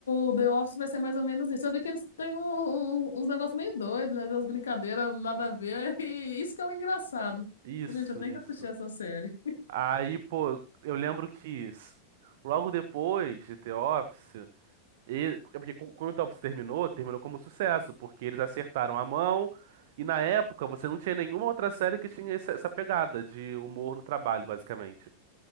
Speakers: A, on the left; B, on the right.
A: o The Office vai ser mais ou menos isso. Eu vi que eles têm um- um- uns negócios meio doidos, né? Umas brincadeiras, nada a ver. <laughs> E isso que é o engraçado.
B: Isso,
A: Gente, eu tenho
B: isso.
A: que assistir essa série.
B: Aí, pô, eu lembro que s- logo depois de The Office, ele é porque cu- quando o The Office terminou, terminou como sucesso, porque eles acertaram a mão. E na época você não tinha nenhuma outra série que tinha essa essa pegada de humor no trabalho, basicamente.